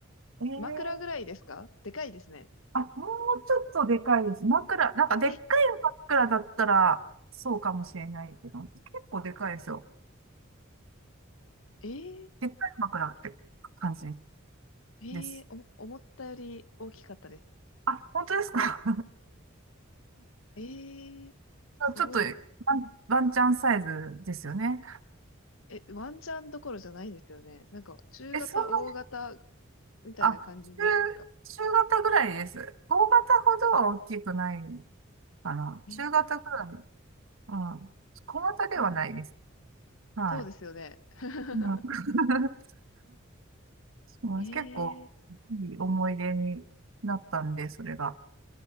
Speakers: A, on the right (about 80°); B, on the left (about 75°).
A: えー、
B: 枕ぐらいですかでかいですね。
A: あ、もうちょっとでかいです。枕、なんかでっかい
B: え、
A: 枕だったら、そうかもしれないけど、結構でかいですよ。
B: えー、
A: でっかい枕って感じ
B: えー、
A: です。
B: お、思ったより大きかったです。
A: あ、本当ですか
B: えー、すごい。
A: ちょっとワン、ワンチャンサイズですよね。
B: え、ワンチャンどころじゃないですよね。なんか、中型、
A: え、そんな
B: 大型みたいな感じじゃないですか。
A: あ、中、中型ぐらいです。大型ほどは大きくないかな。
B: えー、
A: 中型ぐらい。うん。小型ではないです。
B: すごい。
A: は
B: そうですよね。<laughs>
A: い。うん <laughs> そう結構
B: えー
A: いい思い出になったんで、それが。